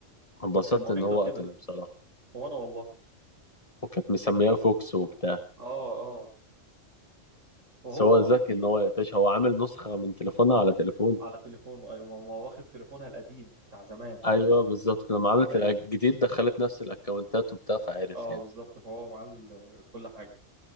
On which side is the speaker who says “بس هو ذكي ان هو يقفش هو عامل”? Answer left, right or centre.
Left